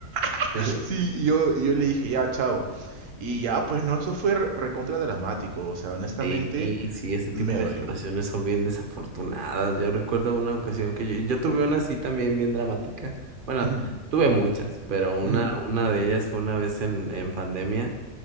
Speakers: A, on the right; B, on the right.
A: <laughs>
B: <laughs>
A: Sí, y yo, y yo le dije, ya, chao. Y ya, pues no, eso fue re- recontra dramático. O sea, honestamente,
B: Sí, sí, ese tipo
A: me
B: de
A: dolió.
B: situaciones son bien desafortunadas. Yo recuerdo una ocasión que yo, yo tuve una así también bien dramática. Bueno,
A: Ujú,
B: tuve muchas, pero una,
A: ujú.
B: una de ellas fue una vez en, en pandemia.